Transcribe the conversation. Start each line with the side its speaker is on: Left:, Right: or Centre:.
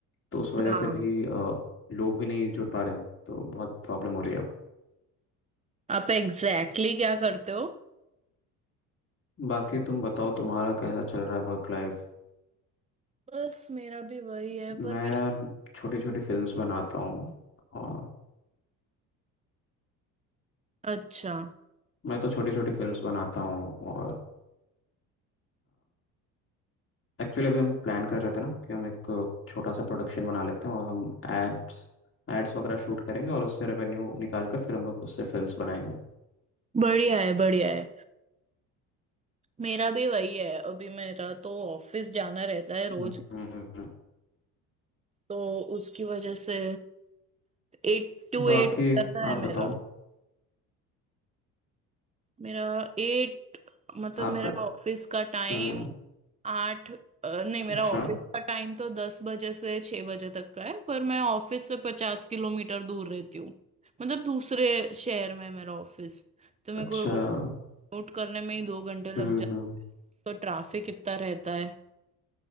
Left: तो उस वजह
Right: हाँ
Left: से भी अ, लोग भी नहीं जुड़ पा रहे हैं तो बहुत प्रॉब्लम हो रही है
Right: आप एग्जैक्टली exactly क्या करते हो
Left: बाकी तुम बताओ तुम्हारा कैसा चल रहा है वर्क लाइफ
Right: बस मेरा भी वही है
Left: मैं
Right: पर
Left: यार
Right: मेरा
Left: छोटी छोटी फिल्म्स बनाता हूँ और
Right: अच्छा
Left: मैं तो छोटी छोटी फिल्म्स बनाता हूँ और एक्चुअली अभी हम प्लान कर रहे थे ना कि हम एक छोटा सा प्रोडक्शन बना लेते हैं और हम एड्स एड्स वगैरह शूट करेंगे और उससे रेवेन्यू निकाल कर फिर हम लोग उससे फिल्म्स बनाएंगे
Right: बढ़िया है बढ़िया है मेरा भी वही है अभी मेरा तो ऑफिस जाना रहता है रोज
Left: हम्म,
Right: तो उसकी वजह से एट टू
Left: बाकी
Right: एट हो जाता है
Left: आप
Right: मेरा
Left: बताओ
Right: मेरा एट मतलब
Left: आपका
Right: मेरा ऑफिस का टाइम
Left: हम्म
Right: आठ अ, नहीं मेरा
Left: अच्छा
Right: ऑफिस का टाइम तो दस बजे से छह बजे तक का है पर मैं ऑफिस से पचास किलोमीटर दूर रहती हूँ मतलब दूसरे शहर में है मेरा ऑफिस तो मेरे
Left: अच्छा
Right: को रोड
Left: हम्म
Right: रोड करने में ही दो घंटे लग
Left: हम्म
Right: जाते हैं। तो ट्रैफिक इतना रहता है